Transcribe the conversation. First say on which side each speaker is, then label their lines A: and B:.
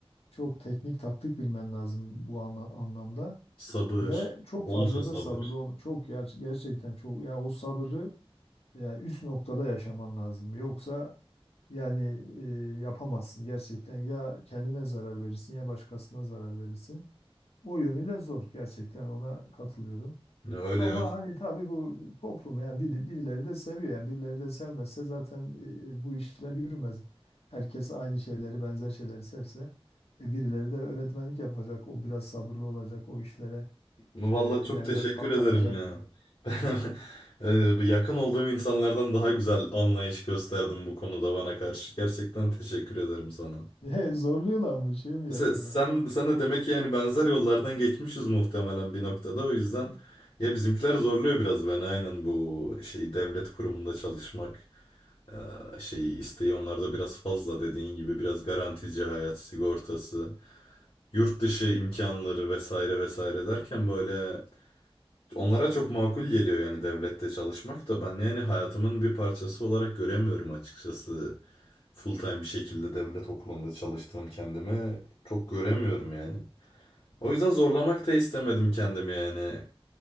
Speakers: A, on the left; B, on the left.
A: Çok teknik taktik bilmen lazım bu ana- anlamda
B: Sabır.
A: ve çok
B: Bolca
A: fazla
B: sabır.
A: da sabırlı ol. Çok ger- gerçekten çok ya o sabrı ya üst noktada yaşaman lazım. Yoksa yani e, yapamazsın gerçekten. Ya kendine zarar verirsin ya başkasına zarar verirsin. O yönüyle zor. Gerçekten ona katılıyorum.
B: Öyle
A: Ama
B: yok.
A: hani tabii bu toplum yani bir- birileri de seviyor yani birileri de sevmezse zaten e, e, bu işler yürümez. Herkes aynı şeyleri benzer şeyleri sevse e, birileri de öğretmenlik yapacak. O biraz sabırlı olacak o işlere
B: Vallahi
A: e,
B: çok
A: yani
B: teşekkür
A: biraz katlanacak.
B: ederim ya. <laughs> Ben eee, bu yakın olduğum insanlardan daha güzel anlayış gösterdim bu konuda bana karşı. Gerçekten teşekkür ederim sana.
A: <laughs> E, Zorluyorlar mı şey mi yapıyorlar?
B: Sen, sen, sen de demek ki yani benzer yollardan geçmişiz muhtemelen bir noktada. O yüzden ya bizimkiler zorluyor biraz beni aynen bu şey devlet kurumunda çalışmak eee, şeyi isteği onlarda biraz fazla dediğin gibi biraz garantici hayat sigortası, yurt dışı imkanları vesaire vesaire derken böyle Onlara çok makul geliyor yani devlette çalışmak da ben yani hayatımın bir parçası olarak göremiyorum açıkçası. Full time bir şekilde devlet okulunda çalıştığım kendimi çok göremiyorum yani. O yüzden zorlamak da istemedim kendimi yani.